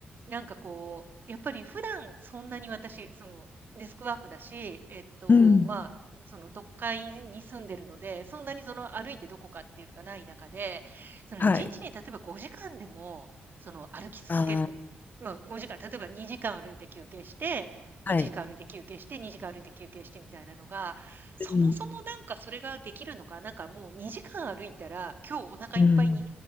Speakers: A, on the right; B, on the left.
A: なんかこう、やっぱり普段そんなに私、その、デスクワークだし、えっと、
B: うん。
A: まあ、その、都会に住んでるので、そんなにその、歩いてどこかっていうのがない中で、その、
B: はい。
A: 1日にちに例えば5時間でも、その、歩き続ける。
B: あ
A: まあ、5時間、例えば2時間歩いて休憩して、1時間歩いて休憩して、
B: あ。はい。
A: 2時間歩いて休憩してみたいなのが、そもそもなんかそれができるのか、
B: うん。
A: なんかもう2時間歩いたら、今日お腹いっぱいに
B: うん。